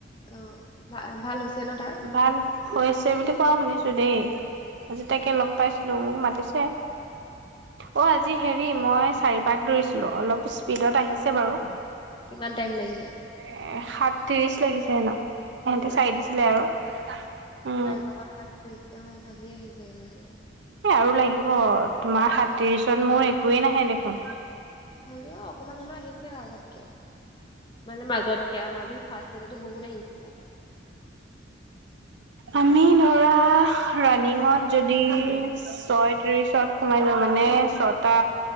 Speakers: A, on the left (about 25°); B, on the right (about 65°).
A: অ ভাল হৈছে ন তাৰ?
B: ভাল হৈছে বুলি কোৱা শুনিছো দেই। আজি তাকে লগ পাইছিলো মোক মাতিছে। অ আজি হেৰি মই চাৰিপাক দৌৰিছিলো অলপ স্পীডত আহিছে বাৰু।
A: কিমান টাইম লাগিলে?
B: এ সাত ত্ৰিশ লাগিছে হেনো ইহেঁতে চাই দিছিলে আৰু। উম
A: চাৰিপাকত সাত ত্ৰীশ। অ ভালেই আহিছে তেনেহ'লে।
B: এই আৰু লাগিব তোমাৰ সাতত্ৰিশত মোৰ একোৱেই নাহে দেখোন।
A: হ'লেও অকমান হ'লেও আহিছে আগতকে মানে মাজতকে মাজি ফাৰ বহুত আহিছিলে।
B: আমি ধৰা ৰানিঙত যদি ছয় ত্ৰিশত সোমাই যোৱা মানে ছটা